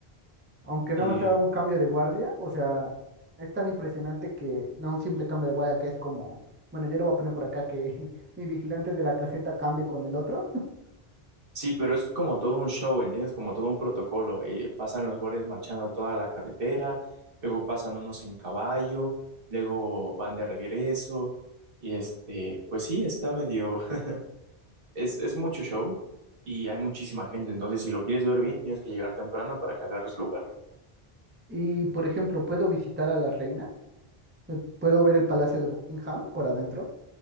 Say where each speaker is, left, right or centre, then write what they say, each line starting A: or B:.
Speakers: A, on the right; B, on the right.
A: Aunque nada
B: Eh,
A: más sea un cambio de guardia, o sea, es tan impresionante que no un simple cambio de guardia que es como, bueno, yo lo voy a poner por acá que <laughs> mi vigilante de la caseta cambie con el otro. <laughs>
B: sí, pero es como todo un show, ¿entiendes? Como todo un protocolo. eh, pasan los guardias marchando toda la carretera, luego pasan unos en caballo, luego van de regreso, y este, pues sí, está medio, <laughs> es, es mucho show. Y hay muchísima gente, entonces si lo quieres ver bien, tienes que llegar temprano para que agarres lugar.
A: Y por ejemplo, puedo visitar a la reina, eh, puedo ver el palacio de Buckingham por adentro,